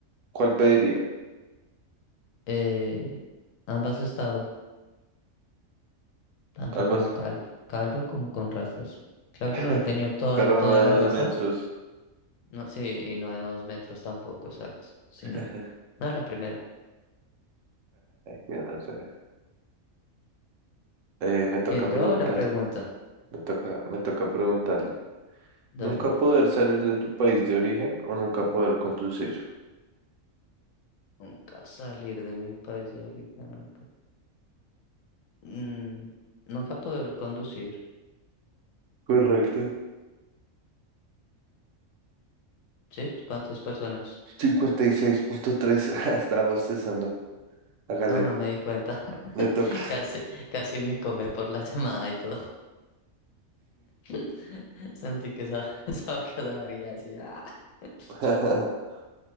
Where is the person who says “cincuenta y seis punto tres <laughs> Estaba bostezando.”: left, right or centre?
Right